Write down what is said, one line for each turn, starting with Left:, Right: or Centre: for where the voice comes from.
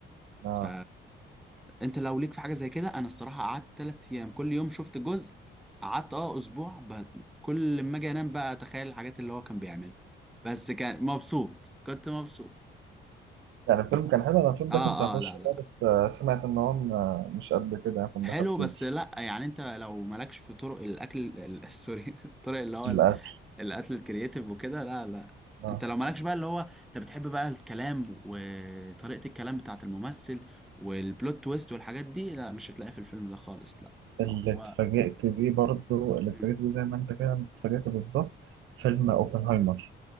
Right: آه.
Centre: ف انت لو ليك في حاجة زي كده انا الصراحة قعدت تلات ايام كل يوم شفت جزء قعدت اه اسبوع ب... كل ما اجي انام بقى اتخيل الحاجات اللي هو كان بيعملها بس كان مبسوط كنت مبسوط
Right: يعني الفيلم كان حلو انا الفيلم
Centre: اه
Right: ده كنت هخش
Centre: اه لا
Right: والله
Centre: لا
Right: بس آه، سمعت ان هو م- آه، مش قد كده يعني فما
Centre: حلو
Right: دخلتوش
Centre: بس لا يعني انت لو مالكش في طرق الاكل ال- <laughs> سوري الطرق اللي هو
Right: للاسف
Centre: ال- الاكل الكرياتيف وكده لا لا
Right: اه
Centre: انت لو مالكش بقى اللي هو انت بتحب بقى الكلام وطريقة الكلام بتاعت الممثل والبلوت تويست والحاجات دي لا مش هتلاقيها في الفيلم ده خالص لا
Right: اللي
Centre: هو
Right: اتفاجئت بيه برضه اللي
Centre: مم.
Right: اتفاجئت بيه زي ما انت كده اتفاجئت بالظبط فيلم اوبنهايمر